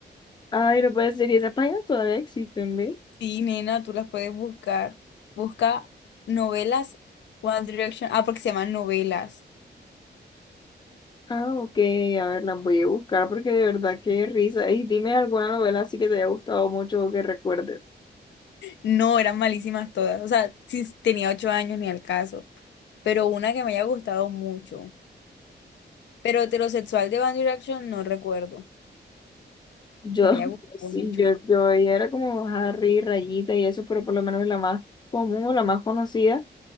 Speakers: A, on the left; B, on the left.
A: Ay, no puede ser. Y esas páginas todavía existen, ¿ve?
B: Sí, nena, tú las puedes buscar. Busca novelas One Direction. Ah, porque se llaman novelas.
A: Ah, ok. A ver, las voy a buscar porque de verdad qué risa. Y dime alguna novela así que te haya gustado mucho o que recuerdes.
B: No, eran malísimas todas. O sea, sí, tenía ocho años ni al caso. Pero una que me haya gustado mucho. Pero heterosexual de One Direction no recuerdo.
A: Yo,
B: Que me haya
A: <laughs>
B: gustado
A: sí,
B: mucho.
A: yo, yo era como Harry, Rayita y eso, pero por lo menos la más común o la más conocida